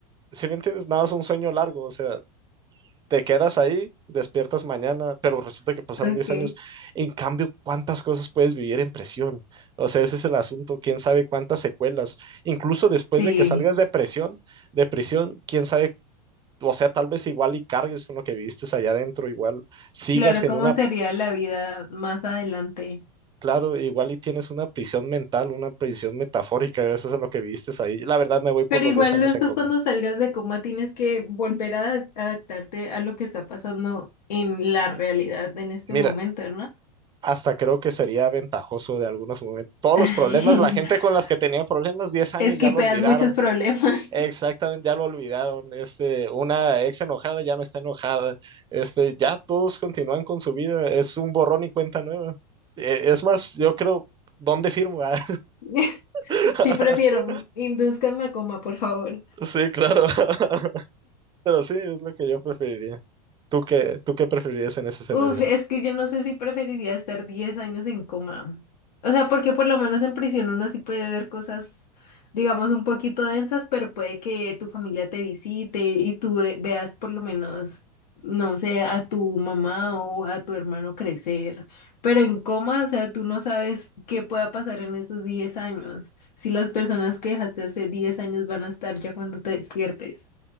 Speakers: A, on the right (about 20°); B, on the left (about 80°).
A: si me entiendes, nada más un sueño largo, o sea, te quedas ahí, despiertas mañana, pero resulta que pasaron
B: Ok,
A: 10 años. En cambio, ¿cuántas cosas puedes vivir en prisión? O sea, ese es el asunto, quién sabe cuántas secuelas. Incluso después
B: sí.
A: de que salgas de prisión, de prisión, quién sabe, o sea, tal vez igual y cargues con lo que viviste allá adentro, igual sigas
B: Claro,
A: en
B: cómo
A: una,
B: sería la vida más adelante.
A: claro, igual y tienes una prisión mental, una prisión metafórica gracias a lo que viviste ahí. La verdad me voy por
B: Pero
A: los
B: igual
A: 10 años
B: después
A: en coma.
B: cuando salgas de coma tienes que volver a adaptarte a lo que está pasando en la realidad en este
A: Mira,
B: momento, ¿no?
A: hasta creo que sería ventajoso de algunos momentos. Todos
B: <laughs>
A: los problemas, la gente con las que tenía problemas 10 años
B: Esquipeas
A: ya lo olvidaron.
B: muchos problemas.
A: Exactamente, ya lo olvidaron. Este, una ex enojada ya no está enojada. Este, ya todos continúan con su vida. Es un borrón y cuenta nueva. E- Es más, yo creo, ¿dónde firmo? ah?
B: <laughs>
A: <laughs>
B: Sí, prefiero, indúzcanme a coma, por favor.
A: Sí, claro. <laughs> Pero sí, es lo que yo preferiría. ¿Tú qué, tú qué preferirías en ese escenario?
B: Uf, es que yo no sé si preferiría estar 10 años en coma. O sea, porque por lo menos en prisión uno sí puede ver cosas, digamos, un poquito densas, pero puede que tu familia te visite y tú ve- veas por lo menos, no sé, a tu mamá o a tu hermano crecer. Pero en coma, o sea, tú no sabes qué pueda pasar en esos 10 años, si las personas que dejaste hace 10 años van a estar ya cuando te despiertes.